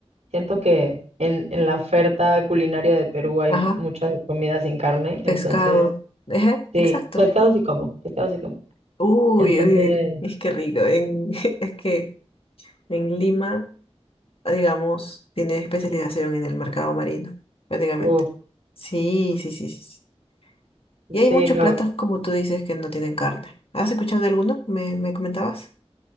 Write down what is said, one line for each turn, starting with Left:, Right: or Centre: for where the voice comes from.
Right: siento que en, en la oferta culinaria de Perú hay
Left: Ajá,
Right: mucha comida sin carne,
Left: pescado.
Right: entonces,
Left: <laughs> Ajá,
Right: sí,
Left: exacto.
Right: pescado sí como, pescado sí como.
Left: Uy,
Right: Entonces,
Left: uy, uy, es que rico. En, <laughs> es que en Lima digamos, tiene especialización en el mercado marino, prácticamente.
Right: uf,
Left: Sí, sí, sí, sí. sí. Y hay
Right: sí,
Left: muchos
Right: no,
Left: platos, como tú dices, que no tienen carne. ¿Has escuchado de alguno? ¿Me, me comentabas?